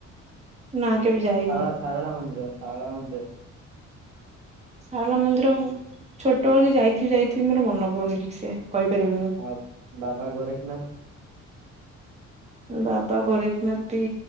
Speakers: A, on the right; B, on the right.
A: ନା କେବେ ଯାଇନି।
B: ଶାରଳା ଶାରଳା ମନ୍ଦିର ଶାରଳା ମନ୍ଦିର।
A: ସାରଳା ମନ୍ଦିର ଛୋଟବେଳେ ଯାଇଥିବି ଯାଇଥିବି ମୋର ମନେ ପଡ଼ୁନିି ଠିକସେ କହିପାରିବିନି।
B: ଆଉ ବାବା ଗୋରେଖନାଥ?
A: ବାବା ଗୋରେଖନାଥବି